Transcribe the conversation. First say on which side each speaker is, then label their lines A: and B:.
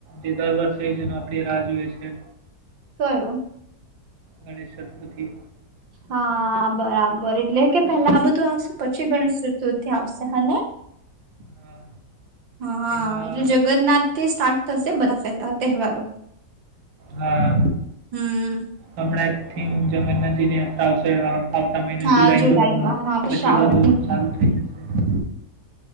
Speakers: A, on the right; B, on the right.
A: દર વર્ષે જે આપડી રાહ જોઈએ છે
B: ઉતરાયણ
A: ગણેશચતુર્થી
B: હા બરાબર એટલે કે પેલા આ બધું આવશે પછી ગણેશચતુ દૂર થી આવશે હે ને
A: અ,
B: હા
A: એમાં
B: એટલે જગન્નાથથી સ્ટાર્ટ થશે બધા તહેવારો
A: હા
B: હમ
A: હમણાં એકથીન જગનનાજીની યાત્રા આવશે આવતા મહિને
B: હા
A: જુલાઈમાં
B: હા
A: પછીએ
B: શ્રાવણ
A: બધું ચાલુ થઈ જશે